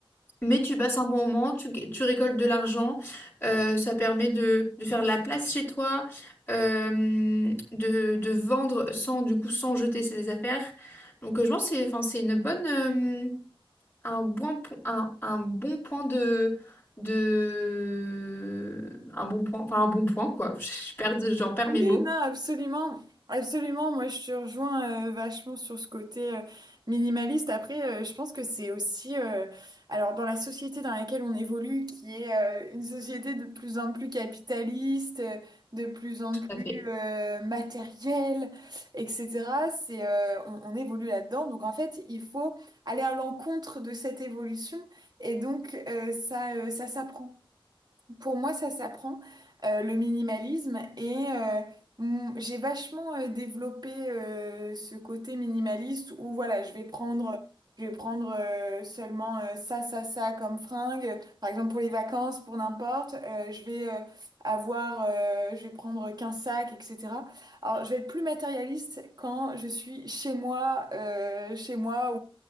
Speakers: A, on the left (about 25°); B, on the right (about 50°).
A: Mais tu passes un bon moment, tu, g- tu récoltes de l'argent. euh, ça permet de, de faire de la place chez toi, euh, de, de vendre sans, du coup, sans jeter ses affaires. Donc, euh, je pense que c'est, enfin, c'est une bonne. euh, un bon, po- un, un bon point de, de... Un bon point, enfin un bon point, quoi. <laughs> Je, perds, j'en perds
B: Oui,
A: mes mots.
B: non, absolument. Absolument, moi je te rejoins euh, vachement sur ce côté euh, minimaliste. Après, euh, je pense que c'est aussi, euh, alors dans la société dans laquelle on évolue, qui est euh, une société de plus en plus capitaliste, euh, de plus en
A: Tout
B: plus
A: à fait,
B: euh, matérielle, etc. C'est, euh, on, on évolue là-dedans. Donc en fait, il faut aller à l'encontre de cette évolution et donc euh, ça, euh, ça s'apprend. Pour moi, ça s'apprend, euh, le minimalisme. Et euh, m- j'ai vachement euh, développé euh, ce côté minimaliste où voilà, je vais prendre, je vais prendre euh, seulement euh, ça, ça, ça comme fringue. Par exemple, pour les vacances, pour n'importe, euh, je vais euh, avoir, euh, je vais prendre qu'un sac, etc. Alors, je vais être plus matérialiste quand je suis chez moi, euh, chez moi